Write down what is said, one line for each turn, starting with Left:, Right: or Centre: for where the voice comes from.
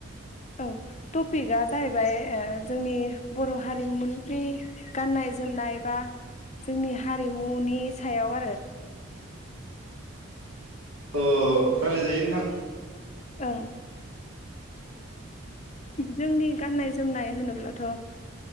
Left: औ टपिकआ जाहैबाय ओ जोंनि बर' हारिमुनि गाननाय जोमनाय बा जोंनि हारिमुनि सायाव आरो।
Right: अ रायलायजायो नोंथां।
Left: ओं जोंनि गाननाय जोमनाय होनोब्लाथ' ओ